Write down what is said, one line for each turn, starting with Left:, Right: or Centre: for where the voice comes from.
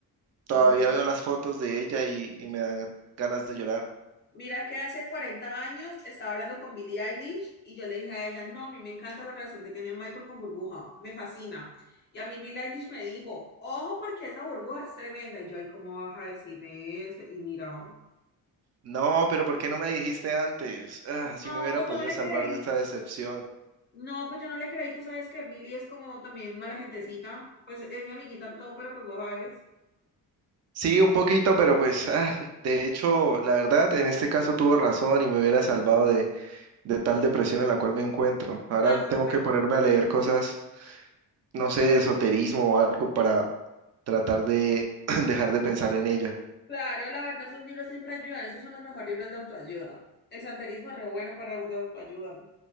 Right: Todavía
Left: Mm.
Right: veo las fotos de ella y, y me dan ganas de llorar.
Left: Mira que hace 40 años estaba hablando con Billie Eilish y yo le dije a ella, no, a mí me encanta la relación que tiene Michael con Burbuja, me fascina. Y a mí Billie Eilish me dijo, ojo porque esa burbuja es tremenda. Y yo, ay, ¿cómo vas a decirme eso? Y mira,
Right: No, pero ¿por qué no me dijiste antes? Ah,
Left: no,
Right: así me hubiera
Left: pues
Right: podido
Left: yo no le
Right: salvar
Left: creí.
Right: de esta decepción.
Left: No, pues yo no le creí. Tú sabes que Billie es como también mala gentecita. Pues es mi amiguita y todo, pero pues vos sabes.
Right: Sí, un poquito, pero pues, ah, de hecho, la verdad, en este caso tuvo razón y me hubiera salvado de, de tal depresión en la cual me encuentro. Ahora
Left: Ay,
Right: tengo
Left: pero
Right: que ponerme a leer cosas, no sé, de esoterismo o algo para tratar de <clears throat> dejar de pensar en ella.
Left: claro, la verdad, esos libros siempre ayudan. Esos son los mejores libros de autoayuda. El santerismo es re bueno para algo de autoayuda.